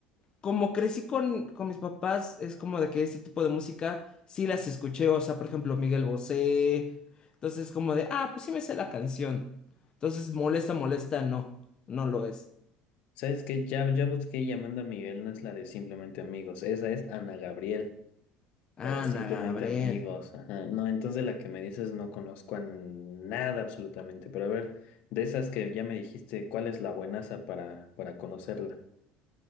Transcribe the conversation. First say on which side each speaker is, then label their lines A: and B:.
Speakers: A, on the left (about 35°); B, on the left (about 65°).
A: como crecí con, con mis papás, es como de que ese tipo de música sí las escuché, o sea, por ejemplo, Miguel Bosé. Entonces, como de, ah, pues sí me sé la canción. Entonces, molesta, molesta, no, no lo es.
B: ¿Sabes qué? Ya, ya busqué y Amanda Miguel no es la de Simplemente Amigos, esa es Ana Gabriel,
A: Ana
B: la de Simplemente
A: Gabriel,
B: Amigos, ajá, no, entonces la que me dices no conozco a nada absolutamente, pero a ver, de esas que ya me dijiste, ¿cuál es la buenaza para, para conocerla?